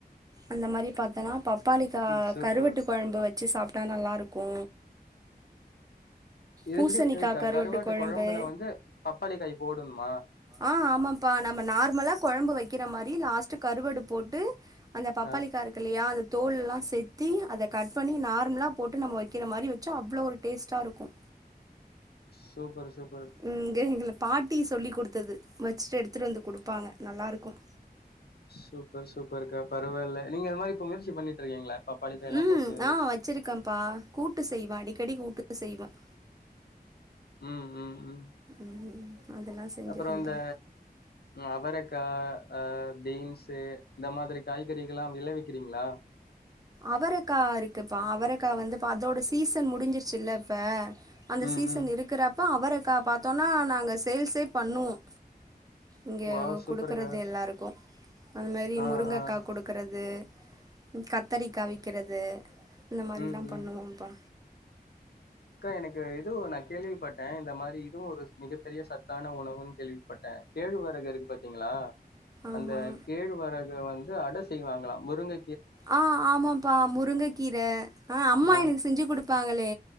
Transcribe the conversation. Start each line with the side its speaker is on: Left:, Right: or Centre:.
Right: அந்த மாரி பாத்தனா பப்பாளிக்கா
Left: ம் சூப்பர்
Right: கருவட்டு குழம்பு வச்ச வச்சு சாப்ட்டா நல்லாருக்கு
Left: இதுப்படி
Right: பூசணிக்கா
Left: எது
Right: கருவட்டு
Left: கருவாட்டு
Right: கொழம்பு
Left: கொழம்புல வந்து பப்பாளிக்காய் போடணுமா
Right: ஆஹ் ஆமாப்பா நம்ம நார்மலா குழம்பு வைக்குற மாரி லாஸ்ட்டு கருவடு போட்டு அந்த பப்பாளிக்கா
Left: ஆ
Right: இருக்கு இல்லையா அது தோல்லா செத்தி அத கட் பண்ணி நார்மலா போட்டு நம்ம வைக்கிற மாரி வச்சா அவ்ளோ ஒரு டேஸ்ட்டா இருக்கும்
Left: சூப்பர் சூப்
Right: <unintelligible> பாட்டி சொல்லி கொடுத்தது வச்சுட்டு எடுத்துட்டு வந்து கொடுப்பாங்க நல்லாருக்கும்
Left: சூப்பர் சூப்பர் அக்கா பரவாயில்ல நீங்க அந்த மாதிரி இப்ப முயற்சி பண்ணிட்டு இருக்கீங்களா பப்பாளி காய்லா
Right: உம்
Left: போட்டு
Right: நான் வச்சிருக்கேன்ப்பா கூட்டு செய்வேன் அடிக்கடி கூட்டு செய்வேன்
Left: உம் உம் உம்
Right: ம் அதெல்லா செஞ்சிருக்கேன்ப்பா
Left: அப்புறம் இந்த அவரக்கா அஹ் பீன்ஸ்சு இந்த மாதிரி காய்கறிகலாம் விளைவிக்கிறீங்களா
Right: அவரக்கா இருக்கு பா அவரக்க வந்து அதோட சீசன் முடிஞ்சிருச்சுல்ல இப்ப அந்த
Left: ம்
Right: சீசன்
Left: ம்
Right: இருக்கிற அவரக்கா பாத்தோம்னா நாங்க சேல்ஸே பண்ணுவோம் இங்கே
Left: வாவ் சூப்பர்க்கா
Right: கொடுக்குறது எல்லாருக்கும் அதுமாரி
Left: ஆ
Right: முருங்கைக்காய்
Left: ஆ
Right: கொடுக்குறது கத்தரி இருக்கிறது இந்த மாரில்லாம்
Left: ம் ம்
Right: பண்ணுவோம்பா
Left: அக்கா எனக்கு இதுவும் நான் கேள்விப்பட்டேன் இந்த மாதிரி இதுவும் ஒரு மிகப்பெரிய சத்தான உணவுன்னு கேள்விப்பட்டேன் கேழ்வரகு இருக்கு பாத்தீங்களா
Right: ஆமா
Left: அந்த கேழவரக வந்து அட செய்வாங்களாம் முருங்க
Right: ஆஹ் ஆமாப்பா முருங்கை கீரை ஆஹ் அம்மா
Left: ஆ
Right: எனக்கு செஞ்சு கொடு பாங்களே